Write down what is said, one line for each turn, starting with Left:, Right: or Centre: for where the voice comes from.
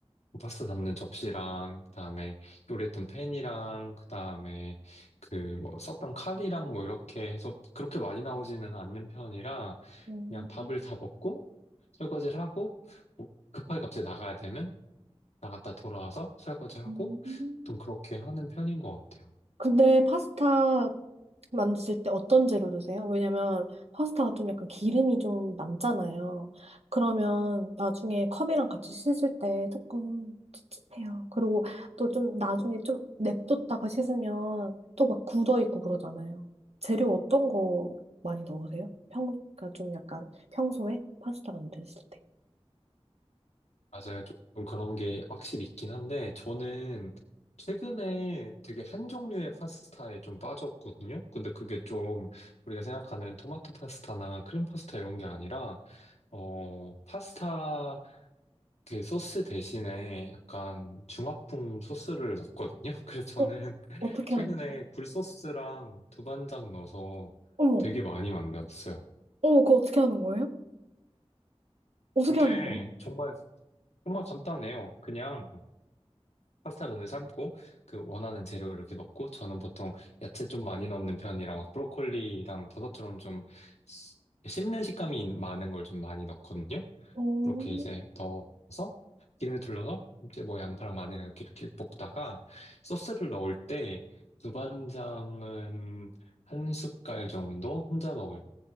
Left: 파스타 담는 접시랑 그다음에 요리했던 팬이랑 그다음에 그 뭐 썼던 칼이랑 뭐 이렇게 해서 그렇게 많이 나오지는 않는 편이라
Right: 음,
Left: 그냥 밥을 다 먹고 설거지를 하고 뭐 급하게 갑자기 나가야 되면 나갔다 돌아와서 설거지하고
Right: 음.
Left: 좀 그렇게 하는 편인 것 같아요.
Right: 근데 파스타 만드실 때 어떤 재료 드세요? 왜냐면 파스타가 좀 약간 기름이 좀 남잖아요. 그러면 나중에 컵이랑 같이 씻을 때 조금 찝찝해요. 그리고 또 좀 나중에 좀 냅뒀다가 씻으면 또 막 굳어 있고 그러잖아요. 재료 어떤 거 많이 넣으세요? 평, 그러니까 좀 약간 평소에 파스타 만드실 때.
Left: 맞아요. 조금 그런 게 확실히 있긴 한데, 저는 최근에 되게 한 종류의 파스타에 좀 빠졌거든요. 근데 그게 좀 우리가 생각하는 토마토 파스타나 크림 파스타 이런 게 아니라, 어, 파스타 그 소스 대신에 약간 중화풍 소스를 넣었거든요. <laughs> 그래서 저는
Right: 어, 어떻게
Left: 최근에
Right: 하는 거예요?
Left: 굴소스랑 두반장 넣어서
Right: 어머,
Left: 되게 많이 만들었어요.
Right: 어머, 그거 어떻게 하는 거예요? 어떻게
Left: 그게
Right: 하는 거예요?
Left: 정말, 정말 간단해요. 그냥 파스타 면을 삶고 그 원하는 재료를 이렇게 넣고 저는 보통 야채 좀 많이 넣는 편이라 막 브로콜리랑 버섯처럼 좀 씹- 씹는 식감이 많은 걸 좀 많이 넣거든요.
Right: 어,
Left: 그렇게 이제 넣어서 기름에 둘러서 이제 뭐 양파랑 마늘 이렇게 이렇게 볶다가 소스를 넣을 때 두반장은 한 숟갈 정도 혼자 먹을